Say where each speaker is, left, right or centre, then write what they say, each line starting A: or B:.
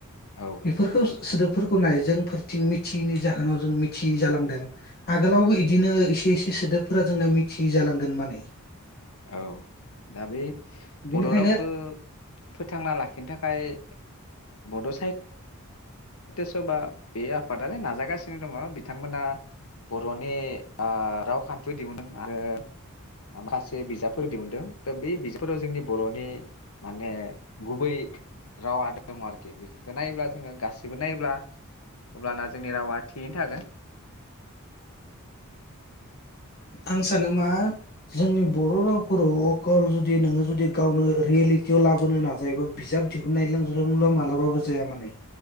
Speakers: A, on the left; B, on the left.
A: औ
B: बेफोरखौ सोदोबफोर खौ नाय जोंफोरथिं मिथिनि जाहोनाव जों मिथियि जालांदों आगोलावबो इदिनो एसे इसे सोदोबफोरा जोंना मिथियि जालांगोन माने
A: औ दा बे
B: बिनिखायनो
A: बर' रावखौ फोथांना लाखिनो थाखाय बड' सा हित्य सभा बे आफादानो नाजागासिनो दङ बिथांमोना बर'नि ओ रावखान्थिफोर दिहुनदों आरो माखासे बिजाबफोर दिहुनदों दा बे बिजाबफोराव जोंनि बर'नि माने गुबै रावा दङ आरोखि बेखौ नायोब्ला जोङो गासै बेखौ नायोब्ला अब्लाना जोंनि रावा थियैनो थागोन
B: आं सानो मा जोंनि बर रावफोराव अकल जुदि नोङो जुदि गावनो रियेलिटियाव लाबोनो नाजायोबा बिजाब दिहुननाय जोंल मालाबाबो जाया माने